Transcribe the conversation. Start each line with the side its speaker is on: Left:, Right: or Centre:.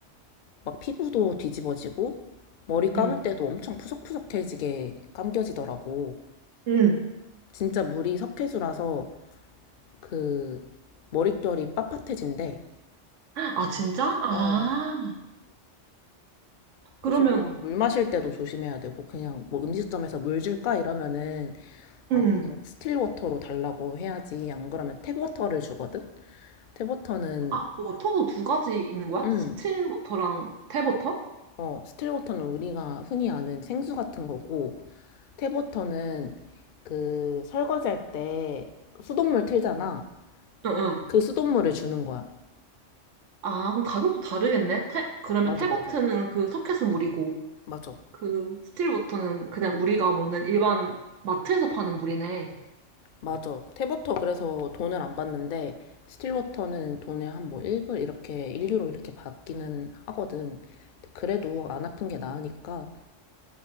Left: 막 피부도 뒤집어지고 머리 감을
Right: 응,
Left: 때도 엄청 푸석푸석해지게 감겨지더라고.
Right: 응.
Left: 진짜 물이 석회수라서 그 머릿결이 빳빳해진대.
Right: 아, 진짜? 아,
Left: 어. 그래서
Right: 그러면,
Left: 그냥 물 마실 때도 조심해야 되고 그냥 뭐 음식점에서 물 줄까 이러면은 아
Right: 응.
Left: 그냥 스틸 워터로 달라고 해야지 안 그러면 탭 워터를 주거든. 탭 워터는
Right: 아, 워터도 두 가지 있는 거야?
Left: 음,
Right: 스틸 워터랑 탭 워터?
Left: 어, 스틸 워터는 우리가 흔히 아는 생수 같은 거고 탭 워터는 그 설거지할 때 수돗물 틀잖아.
Right: 응, 응.
Left: 그 수돗물을 주는 거야.
Right: 아, 그럼 가격도 다르겠네? 탭, 그러면
Left: 맞아,
Right: 탭
Left: 맞아.
Right: 워터는 그 석회수 물이고,
Left: 맞아.
Right: 그 스틸 워터는 그냥 우리가 먹는 일반 마트에서 파는 물이네.
Left: 맞아. 탭워터 그래서 돈을 안 받는데 스틸워터는 돈의 한 뭐 1불 이렇게 일 유로 이렇게 받기는 하거든. 근데 그래도 안 아픈 게 나으니까